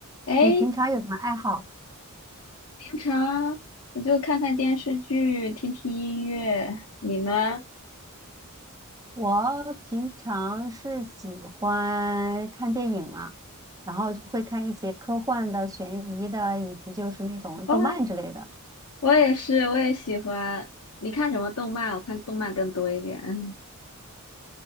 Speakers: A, on the left; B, on the right.
A: 哎，
B: 你平常有什么爱好？
A: 平常我就看看电视剧，听听音乐。你呢？
B: 我平常是喜欢看电影啊，然后就会看一些科幻的、悬疑的，以及就是那种动漫之类的。
A: 哇，我也是，我也喜欢。你看什么动漫？我看动漫更多一点。<laughs>